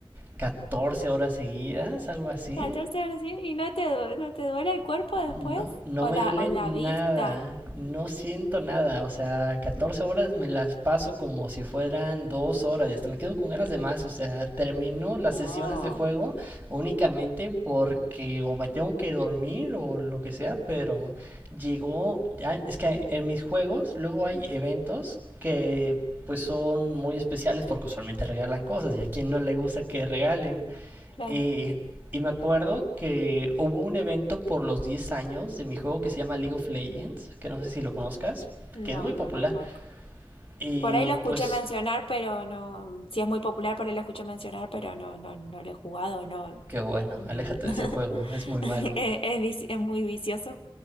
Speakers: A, on the right (about 20°); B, on the left (about 80°).
A: 14 horas seguidas,
B: <laughs>
A: algo así.
B: 14 horas, ¿sí? ¿Y no te, du- no te duele el cuerpo después?
A: No, no
B: ¿O
A: me
B: la,
A: duele
B: o la
A: nada,
B: vista?
A: no siento nada, o sea, 14 horas me las paso como si fueran dos horas y hasta me quedo con ganas de más, o sea, termino las
B: No,
A: sesiones de juego únicamente porque o me tengo que dormir o lo que sea, pero llegó, ya, es que en mis juegos luego hay eventos que pues son muy especiales porque usualmente regalan cosas y a quien no le gusta que regalen.
B: claro.
A: Y, y me acuerdo que hubo un evento por los 10 años de mi juego que se llama League of Legends, que no sé si lo conozcas,
B: No,
A: que es muy popular.
B: no, no lo conozco.
A: Y
B: Por ahí lo escuché
A: pues,
B: mencionar, pero no, si es muy popular, por ahí lo escuché mencionar, pero no, no, no lo he jugado, no,
A: qué bueno,
B: no.
A: aléjate
B: <laughs>
A: de ese juego, es muy malo.
B: Es, es vici- es muy vicioso.